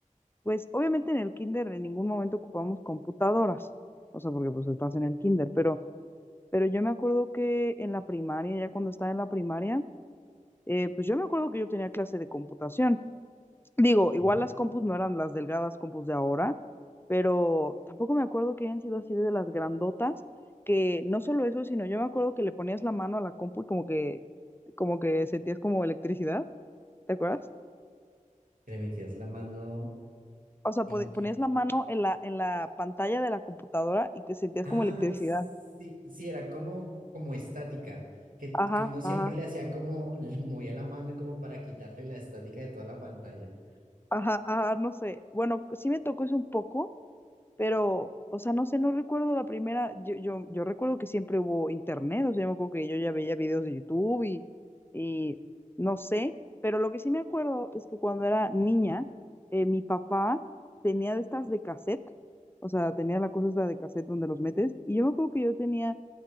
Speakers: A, on the left (about 15°); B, on the right (about 85°).
A: Pues obviamente en el kinder en ningún momento ocupamos computadoras, o sea, porque pues estás en el kinder, pero, pero yo me acuerdo que en la primaria, ya cuando estaba en la primaria, eh, pues yo me acuerdo que yo tenía clase de computación. Digo, igual
B: Mm.
A: las compus no eran las delgadas compus de ahora, pero tampoco me acuerdo que hayan sido así de las grandotas, que no solo eso, sino yo me acuerdo que le ponías la mano a la compu y como que, como que sentías como electricidad, ¿te acuerdas?
B: Que Le metías la mano
A: o sea,
B: en
A: pod-
B: qué.
A: ponías la mano en la, en la pantalla de la computadora y que sentías
B: Ah,
A: como electricidad.
B: sí, sí, era como, como estática, que,
A: Ajá,
B: que uno siempre
A: ajá,
B: le hacía como, <laughs> lo movía la mano como para quitarle la estática de toda la pantalla.
A: ajá, ajá, no sé. Bueno, sí me tocó eso un poco, Pero, o sea, no sé, no recuerdo la primera, yo, yo, yo recuerdo que siempre hubo internet, o sea, yo me acuerdo que yo ya veía videos de YouTube y, y no sé, pero lo que sí me acuerdo es que cuando era niña, eh, mi papá tenía de estas de cassette, o sea, tenía la cosa esta de cassette donde los metes, y yo me acuerdo que yo tenía,